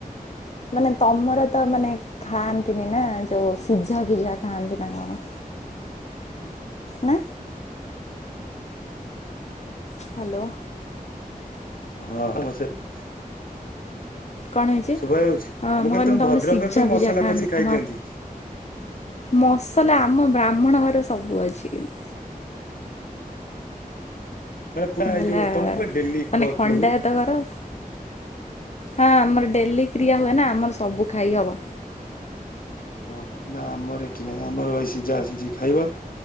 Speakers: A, on the left; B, on the left.
A: ମାନେ ତମର ତ ମାନେ ଖାଆନ୍ତି ନି ନା ଯୋଉ ସିଝା ଭିଝା ଖାଆନ୍ତି ନା କଣ ନା ହ୍ୟାଲୋ
B: ହଁ ମୁଁ ସେପ୍
A: କଣ ହେଇଛି
B: ଶୁଭା ଯାଉଛି
A: ହଁ ମୁଁ
B: କହିଲି
A: କନ୍ତିି
B: ତମ
A: ତମର
B: ଭଦ୍ରକରେ
A: ସିଝା
B: ତ ମସଲା
A: ଭିଜା ଖାଆନ୍ତି
B: କଷି ଖାଇଦିଅନ୍ତି।
A: ହଁ ମସଲା ଆମ ବ୍ରାହ୍ମଣ ଘର ସବୁ ଅଛି। କିନ୍
B: ମାନେ ପୁରା
A: ହେଲା
B: ଏଇ ଯୋଉ ତମର ପା ଡେଲି
A: ମାନେ
B: କ-ଖିଆ
A: ଖଣ୍ଡାୟତ
B: ହୁଏ?
A: ଘର। ହଁ ଆମର ଡେଲି କ୍ରିୟା ହୁଏ ନା ଆମର ସବୁ ଖାଇ ହବ।
B: ଓହୋ ନା ଆମର ଏଠି ନାହିଁ ଆମର ଏ ସିଝା ଆସିଛିି ଖାଇବା।